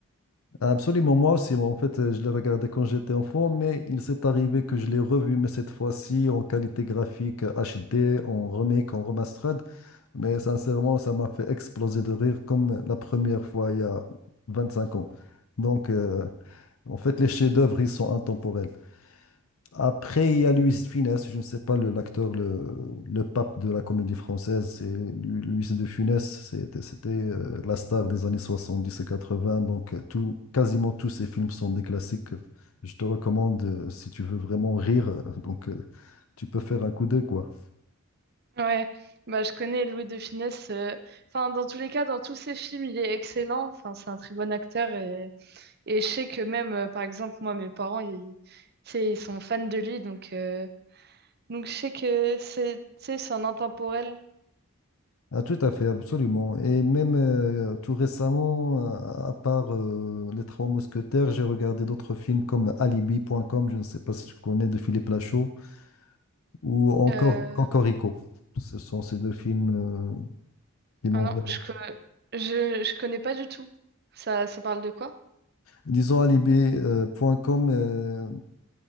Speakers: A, on the left; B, on the right.
A: Absolument, moi aussi. Moi, En fait, euh, je l'ai regardé quand j'étais enfant, mais il s'est arrivé que je l'ai revu, mais cette fois-ci en qualité graphique euh, HD, en remake, en remastered. Mais sincèrement, ça m'a fait exploser de rire comme la première fois il y a 25 ans. Donc, euh, en fait, les chefs-d'œuvre, ils sont intemporels. Après, il y a Luis de Funès, je ne sais pas, le- l'acteur, le, le pape de la comédie française, c'est Lu- Luis de Funès, c'était c'était, euh, la star des années 70 et 80, donc euh, tout, quasiment tous ses films sont des classiques. Je te recommande, euh, si tu veux vraiment rire, euh, donc euh, tu peux faire un coup d'œil, quoi.
B: Ouais, bah, je connais Louis de Funès. euh, Enfin, dans tous les cas, dans tous ses films, il est excellent. Enfin, c'est un très bon acteur. Et, et je sais que même, euh, par exemple, moi, mes parents, ils, tu sais, ils sont fans de lui. Donc, euh, donc je sais que c'est, tu sais, c'est un intemporel.
A: Ah, tout à fait, absolument. Et même euh, tout récemment, à à part euh, Les Trois Mousquetaires, j'ai regardé d'autres films comme Alibi.com, je ne sais pas si tu connais, de Philippe Lachaud. ou encore
B: Euh,
A: Cocorico. Ce sont ces deux films euh, qui
B: Ah
A: m'ont
B: non,
A: vraiment.
B: je, co- je, je connais pas du tout. Ça, ça parle de quoi?
A: Disons alibi euh, point com. euh,